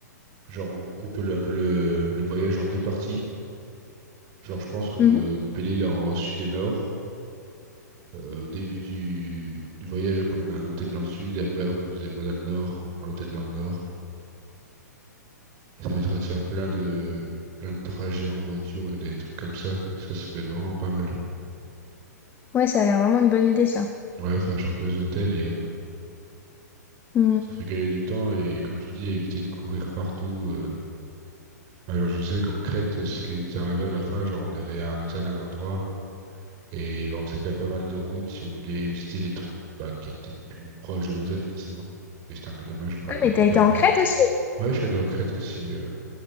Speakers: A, on the right; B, on the left.
A: genre on coupe le, un peu le, le voyage en deux parties. Genre, je pense qu'on
B: Mhm.
A: peut couper l'île en sud et nord. Euh, au début du, du voyage, hop, on a un hôtel dans le sud, et après, hop, on se dévoile dans le nord, on prend l'hôtel dans le nord. Et ça évitera de faire plein de, plein de trajets en voiture et des trucs comme ça. Ça, ça peut être vraiment pas mal.
B: Ouais, ça a l'air vraiment une bonne idée, ça.
A: Ouais, faire genre deux hôtels et hop.
B: Mhm.
A: Ça fait gagner du temps et comme tu dis, éviter de courir partout. euh. Ouais, genre, je sais qu'en Crète, ce qui nous arrivait à la fin, genre on avait un hôtel à un endroit et bah, on faisait quand même pas mal de routes si on voulait visiter les trucs bah, qui étaient plus proches de l'hôtel forcément. Et c'était un peu dommage, on perdait
B: Ah, mais
A: beaucoup
B: t'as
A: de temps
B: été en
A: quoi.
B: Crète aussi?
A: Ouais, je suis allé en Crète aussi. euh.